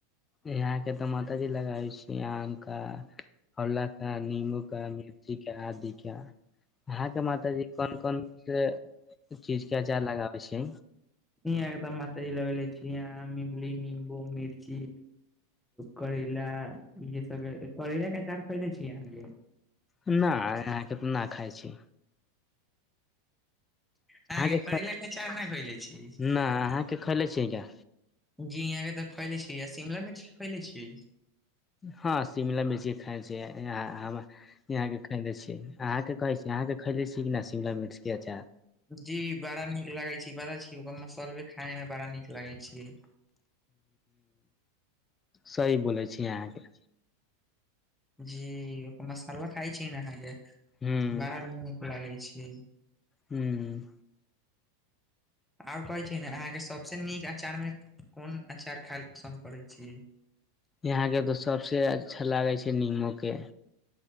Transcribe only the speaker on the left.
यहाँके तऽ माताजी लगाबै छिये आम का आओर नवका नींबू का मिर्ची का आदि का अहाँ के मातााजी कोन कोन से चीज के आचार लगाबे छै
नइ अहाँके न खाइ छी अहाँ
के
न
अहाँके
खैले छियै क्या
हँ शिमला मिर्ची खयने छिये यहाँ हम यहाँके अहाँके कहै छी अहाँके खैले छी कि नहि शिमला मिर्चके अचार
सही बोलै छी आहाँकेँ
ह
हूँ
आहाँ के तो सबसे अच्छा लागे छै निमोके